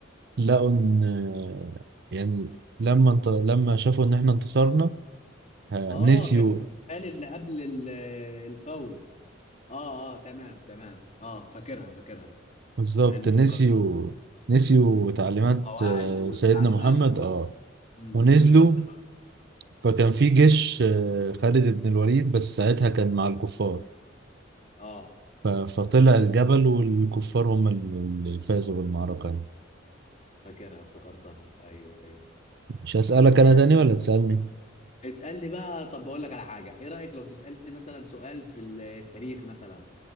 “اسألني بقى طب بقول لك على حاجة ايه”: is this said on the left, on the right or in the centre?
Left